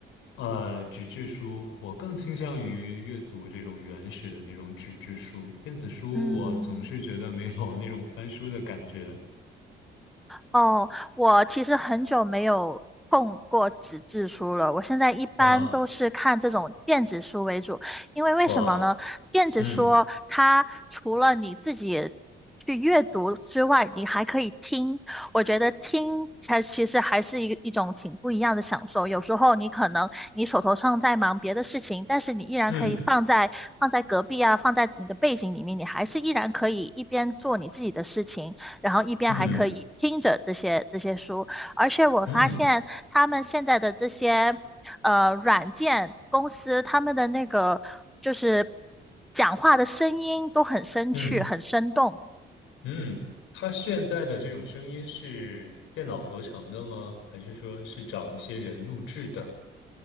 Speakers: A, on the left; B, in the centre.
A: 呃，纸质书，我更倾向于阅读这种原始的那种纸质书。电子书，
B: 嗯。
A: 我总是觉得没有那种翻书的感觉
B: 哦，我其实很久没有碰过纸质书了。我现在一般都是看这种电子书为主，
A: 啊。
B: 因为为什么呢？
A: 哇，
B: 电子书它除了你自己
A: 嗯
B: 去阅读之外，你还可以听。我觉得听才其实还是一个一种挺不一样的享受。有时候你可能你手头上在忙别的事情，但是你依然可以放在放在隔壁啊，
A: 嗯
B: 放在你的背景里面，你还是依然可以一边做你自己的事情。然后一边还可以听着这些这些书，
A: 嗯
B: 而且我发现他们现在的这些呃软件公司，
A: 嗯
B: 他们的那个就是讲话的声音都很生趣，
A: 嗯
B: 很生动。
A: 嗯，它现在的这种声音是电脑合成的吗？还是说是找一些人录制的？